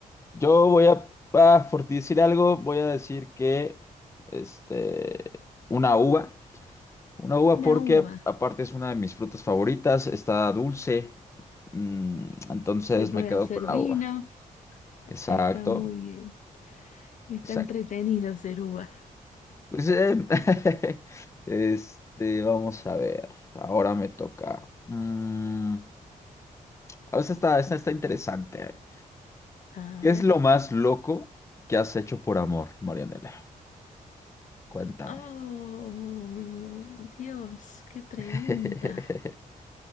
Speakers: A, on the left; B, on the left.
A: yo voy a, ah, por decir algo, voy a decir que, este, una uva, una uva
B: Una
A: porque
B: uva.
A: aparte es una de mis frutas favoritas, está dulce, mm, entonces
B: Se puede
A: me quedo
B: hacer
A: con la
B: vino,
A: uva. Exacto,
B: está muy bien. Está
A: exacto.
B: entretenido hacer uva.
A: Pues, eh, <laughs> este, vamos a ver. Ahora me toca. Mm, a veces está, esta está interesante.
B: A
A: ¿Qué
B: ver.
A: es lo más loco que has hecho por amor, Marianela? Cuéntame.
B: Oh, Dios, qué pregunta.
A: <laughs>